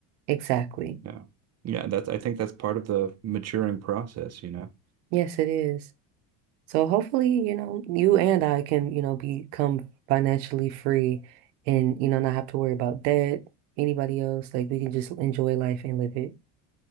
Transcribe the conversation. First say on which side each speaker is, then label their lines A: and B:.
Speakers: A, on the right; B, on the right.
A: Exactly.
B: Yeah. Yeah, that's I think that's part of the maturing process, you know.
A: Yes, it is. So hopefully, you know, you and I can, you know, become financially free and, you know, not have to worry about debt, anybody else. Like we can just enjoy life and live